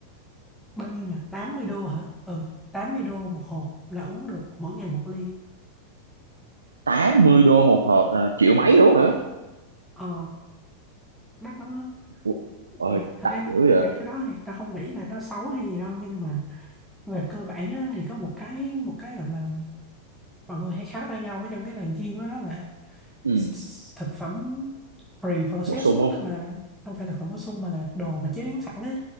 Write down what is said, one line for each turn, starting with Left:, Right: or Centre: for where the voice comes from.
Centre: bao nhiêu nhỉ 80 đô hả ừ 80 đô một hộp là uống được mỗi ngày một ly
Right: 80 đô một hộp là triệu mấy luôn hả?
Centre: ờ đắt lắm á
Right: Ủa, Ờ,
Centre: thì thật
Right: đắt
Centre: ra
Right: dữ vậy.
Centre: thật ra cái đó thì tao không nghĩ là nó xấu hay gì đâu nhưng mà về cơ bản á, thì có một cái một cái gọi là mọi người hay kháo tay nhau ở trong cái làng gym đó, đó là
Right: Ừ,
Centre: s- s- thực phẩm pre-processed
Right: bổ sung
Centre: food
Right: không?
Centre: tức là không phải thực phẩm bổ sung mà là đồ mà chế biến sẵn á